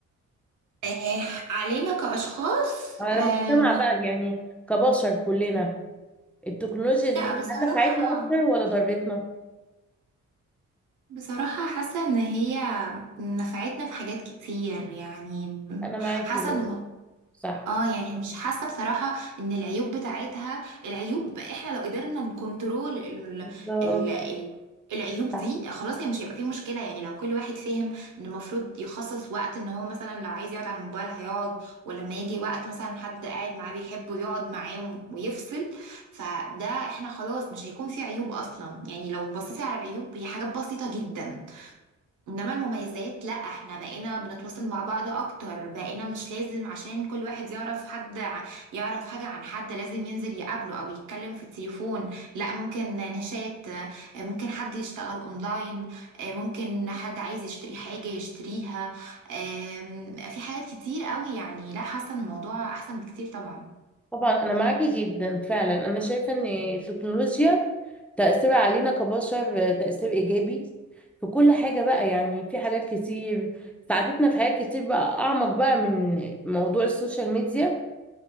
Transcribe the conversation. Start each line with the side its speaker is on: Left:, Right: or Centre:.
Right: آه، علينا كأشخاص
Centre: على
Right: آم،
Centre: المجتمع بقى يعني كبشر كلنا التكنولوجيا دي
Right: لا
Centre: هل
Right: بصراحة
Centre: نفعتنا اكتر ولا ضرتنا
Right: بصراحة حاسة ان هي نفعتنا في حاجات كتير يعني
Centre: انا معاكي
Right: حاسة
Centre: برضه.
Right: ان
Centre: صح
Right: اه يعني مش حاسه بصراحه ان العيوب بتاعتها العيوب احنا لو قدرنا نكنترول ال...
Centre: بالظبط.
Right: ال... ال... العيوب دي
Centre: صح
Right: خلاص هي مش هيبقى فيه مشكله يعني لو كل واحد فهم ان المفروض يخصص وقت ان هو مثلا لو عايز يقعد على الموبايل هيقعد ولما يجي وقت مثلا حد قاعد معاه بيحبه يقعد معاه ويفصل فده احنا خلاص مش هيكون فيه عيوب اصلا يعني لو بصيتي على العيوب هي حاجات بسيطه جدا انما المميزات لا احنا بقينا بنتواصل مع بعض اكتر بقينا مش لازم عشان كل واحد يعرف حد ع- يعرف حاجة عن حد لازم ينزل يقابله او يتكلم في التليفون لا ممكن نشات آه، ممكن حد يشتغل اونلاين آه، ممكن حد عايز يشتري حاجة يشتريها آم، في حاجات كتير قوي يعني لا حاسة ان الموضوع احسن بكتير طبعا
Centre: طبعا انا معاكي جدا فعلا انا شايفه ان التكنولوجيا تأثيرها علينا كبشر آه، تأثير إيجابي في كل حاجة بقى يعني في حاجات كتير ساعدتنا في حاجات كتير بقى أعمق بقى من موضوع السوشيال ميديا